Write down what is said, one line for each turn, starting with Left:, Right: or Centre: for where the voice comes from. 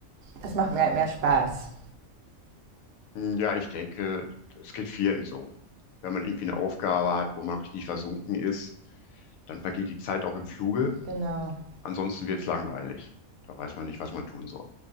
Right: Das macht mir halt mehr Spaß.
Left: Ja, ich denke, es geht vielen so. Wenn man irgendwie eine Aufgabe hat, wo man richtig versunken ist, dann vergeht die Zeit auch im Fluge.
Right: Genau.
Left: Ansonsten wird es langweilig. Da weiß man nicht, was man tun soll.